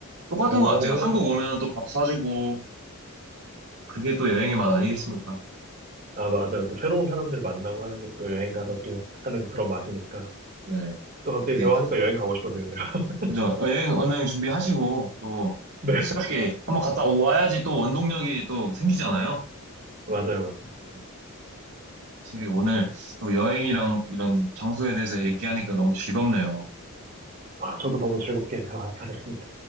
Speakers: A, on the right; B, on the right.
A: 똑같은
B: 오.
A: 것 같아요. 한국 오면 또 밥 사주고, 그게 또 여행의 맛 아니겠습니까?
B: 아, 맞아요. 또 새로운 사람들 만나고 하는 게 또 여행 가서 또 하는 그런 맛이니까.
A: 네.
B: 또 갑자기
A: 네.
B: 대화하니까 여행 가고 싶어지는데요. <laughs>
A: 그죠? 어, 여행, 언행 준비하시고, 또,
B: 네,
A: 또 새롭게 한번 갔다 와야지 또 원동력이 또 생기잖아요.
B: 맞아요, 맞아요.
A: 그죠? 확실히 오늘 또 여행이랑 이런 장소에 대해서 얘기하니까 너무 즐겁네요.
B: 아, 저도 너무 즐겁게 대화 잘했습니다.